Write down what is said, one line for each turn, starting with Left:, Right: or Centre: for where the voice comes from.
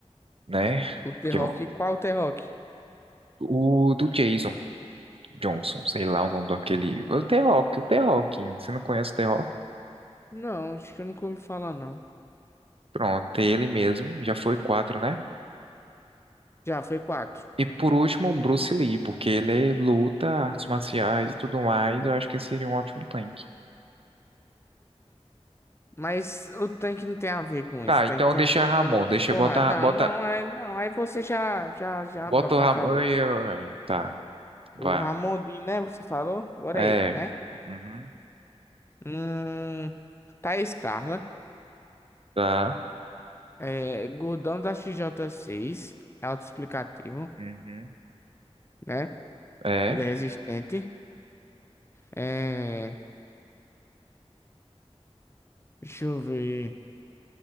Right: né?
Left: O The
Right: Que
Left: Rock,
Right: é o,
Left: qual o The Rock?
Right: o do Jason Johnson, sei lá o nome daquele. O The Rock, o The Rock. Você não conhece o The Rock?
Left: Não, acho que eu nunca ouvi falar, não.
Right: Pronto, ele mesmo. Já foi quatro, né?
Left: Já, foi quatro.
Right: E por último, o Bruce Lee, porque ele luta, artes marciais e tudo mais. Eu acho que seria um ótimo tank.
Left: Mas o tanque não tem a ver com
Right: Tá,
Left: isso. O tanque
Right: então
Left: tem
Right: deixa
Left: a ver
Right: Ramon,
Left: com aguentar
Right: deixa,
Left: porrada.
Right: bota,
Left: Não,
Right: bota,
Left: não, aí, não, aí você já, já, já
Right: bota
Left: abacalhou.
Right: o Ramon. e eu- é, Tá, vá.
Left: O Ramondinho, né? Você falou? Agora
Right: É.
Left: é eu, né?
Right: Uhum,
Left: Hum, Thaís Carla.
Right: tá.
Left: É, gordão da xj seis, É autoexplicativo,
Right: Uhum,
Left: né?
Right: é,
Left: Ele é resistente. É, deixa eu ver.